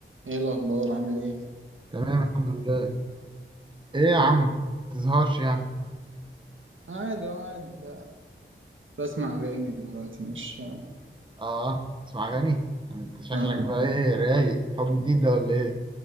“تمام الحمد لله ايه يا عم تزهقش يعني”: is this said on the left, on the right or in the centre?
Right